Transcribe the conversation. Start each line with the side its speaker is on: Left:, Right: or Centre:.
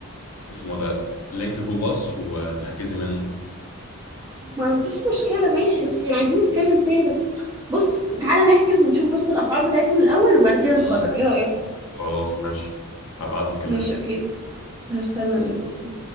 Left: اسمه ده لينك جو باص وتحجزي منه
Right: ما عنديش مشكلة ماشي بس يعني عايزين نتكلم تاني بس بص تعالى نحجز ونشوف بس الأسعار بتاعتهم الأول وبعد كده
Left: مم.
Right: نقرر ايه رأيك
Left: خلاص ماشي هبعت لك اللينك
Right: ماشي اوكي هستنى اللينك اوكي